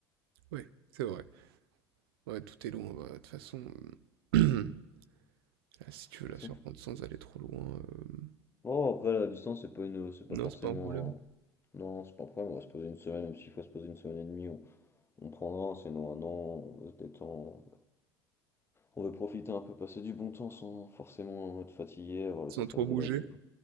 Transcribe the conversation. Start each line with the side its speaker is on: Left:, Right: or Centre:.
Right: ouais, c'est vrai. Ouais, tout est loin, bah, de toute façon, hem, <clears throat> ah, si tu
Left: De
Right: veux
Left: toute
Right: la
Left: façon,
Right: surprendre sans aller trop loin, hem,
Left: oh, après, la distance, c'est pas une, c'est pas
Right: non,
Left: forcément.
Right: c'est pas un problème.
Left: Non, c'est pas un problème, on va se poser une semaine, même s'il faut se poser une semaine et demie, on, on prendra, sinon un an, on veut se détendre, on veut profiter un peu, passer du bon temps sans forcément être fatigué, avoir
Right: Sans
Left: le stress
Right: trop bouger.
Left: de la vie.